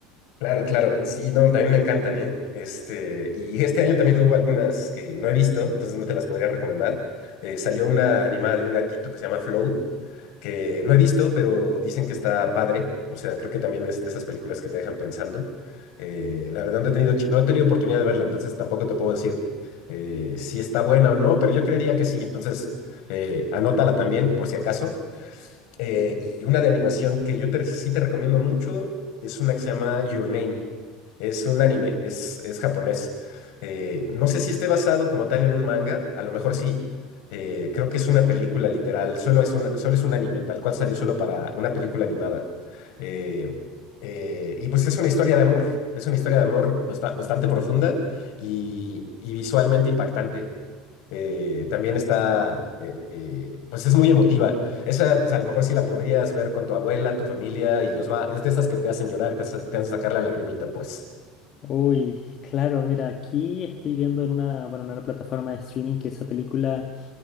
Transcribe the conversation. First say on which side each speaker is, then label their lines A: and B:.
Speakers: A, on the left; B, on the left.
A: Claro, claro, sí, no, también me encantan, ¿eh? Este, y este año también hubo algunas que no he visto, entonces no te las podría recomendar. Eh, salió una animada de un gatito que se llama Flow, que no he visto, pero dicen que está padre, o sea, creo que también es de esas películas que te dejan pensando. Eh, la verdad no he tenido, chi- no he tenido oportunidad de verla, entonces tampoco te puedo decir eh, si está buena o no, pero yo creería que sí, entonces eh, anótala también por si acaso. Eh, y una de animación que yo te- sí te recomiendo mucho es una que se llama Your Name. Es un anime, es, es japonés. Eh, no sé si esté basado como tal en un manga, a lo mejor sí. Eh, creo que es una película literal, solo es un, solo es un anime, tal cual salió solo para una película animada. Eh, eh, y pues es una historia de amor, es una historia de amor basta- bastante profunda y, y visualmente impactante. Eh, también está, eh, eh, pues es muy emotiva. Esa, pues a lo mejor sí la podrías ver con tu abuela, tu familia, y los va. Es de esas que te hacen llorar, te, hace- te hacen sacar la lagrimita, pues.
B: Uy, claro, mira, aquí estoy viendo en una, bueno, en una plataforma de streaming que esa película,